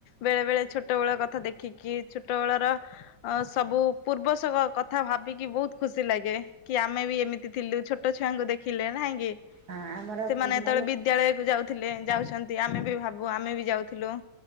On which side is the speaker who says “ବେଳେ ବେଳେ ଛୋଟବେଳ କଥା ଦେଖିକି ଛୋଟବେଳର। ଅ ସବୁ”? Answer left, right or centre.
Left